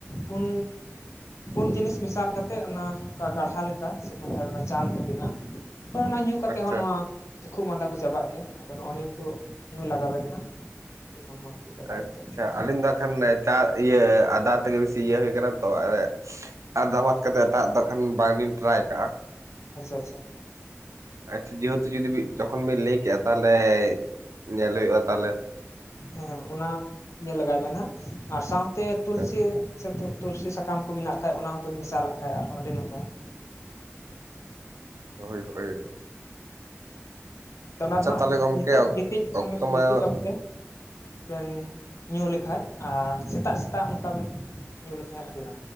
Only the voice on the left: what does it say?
ᱯᱩᱱ ᱯᱩᱱ ᱡᱤᱱᱤᱥ ᱢᱮᱥᱟᱞ ᱠᱟᱛᱮᱫ ᱚᱱᱟ ᱠᱟ ᱜᱟᱲᱦᱟ ᱞᱮᱠᱟ ᱥᱮ <inaudible> ᱚᱱᱟ ᱪᱟ ᱞᱮᱠᱟ ᱵᱮᱱᱟᱜᱼᱟ ᱾ ᱦᱳᱭ ᱚᱱᱟ ᱧᱩ ᱠᱟᱛᱮᱜ
ᱦᱚᱸ ᱱᱚᱣᱟ ᱠᱷᱩᱜ ᱢᱟᱸᱫᱟ ᱠᱚ ᱪᱟᱵᱟᱜ ᱜᱮᱭᱟ, ᱟᱫᱚ ᱱᱚᱜᱼᱚ ᱱᱤᱭᱟᱹ ᱠᱚ ᱧᱩ ᱞᱟᱜᱟᱣᱵᱮᱱ ᱦᱟᱸᱜ <unintelligible>
ᱧᱚᱜᱚᱜ
ᱥᱟᱨᱟᱜᱮ
ᱟᱪᱪᱷᱟ ᱟᱪᱪᱷᱟ ᱾
ᱦᱮᱸ ᱚᱱᱟ ᱧᱮᱞ ᱞᱟᱜᱟᱭ ᱵᱮᱱ ᱦᱟᱸᱜ ᱟᱨ ᱥᱟᱶᱛᱮ ᱛᱩᱞᱥᱤ
ᱥᱮ ᱛᱩ-ᱛᱩᱨᱥᱤ ᱥᱟᱠᱟᱢ ᱠᱚ ᱢᱮᱱᱟᱜ ᱠᱷᱟᱡ ᱚᱱᱟ ᱦᱚᱸᱵᱮᱱ ᱢᱮᱥᱟᱞᱟᱜ ᱠᱷᱟᱡ ᱟᱨᱦᱚᱸ ᱟᱹᱰᱤ ᱱᱟᱯᱟᱭ ᱾
ᱛᱚ ᱚᱱᱟ ᱫᱚ ᱦᱟᱸᱜ
ᱧᱤᱛᱚᱜ ᱜᱤᱛᱤᱡ ᱥᱚᱸᱜᱮ
ᱜᱤᱛᱤᱡ ᱚᱠᱛᱮ ᱾ ᱵᱮᱱ ᱧᱩ ᱞᱮᱠᱷᱟᱡ ᱟᱨ ᱥᱮᱛᱟᱜ ᱥᱮᱛᱟᱜ ᱱᱚᱝᱠᱟ ᱵᱮᱱ ᱧᱩ ᱞᱮᱠᱷᱟᱡ ᱟᱹᱰᱤ ᱱᱟ